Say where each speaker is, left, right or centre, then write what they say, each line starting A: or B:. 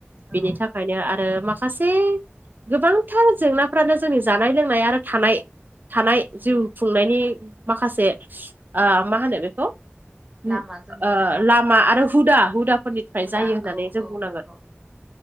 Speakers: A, on the right (about 20°); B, on the right (about 45°).
A: औ
B: बेनि थाखायनो आरो माखासे गोबांथार जेंनाफ्रानो जोंनि जानाय लोंनाय आरो थानाय थानाय जिउ
A: उम
B: खुंनायनि माखासे ओ मा होनो बेखौ ओ
A: लामा जोंनि राहा
B: लामा
A: औ
B: आरो हुदा हुदाफोरनिफ्राय
A: हुदा
B: जायो होननानै
A: औ
B: जों
A: औ
B: बुंनांगोन
A: नंगौ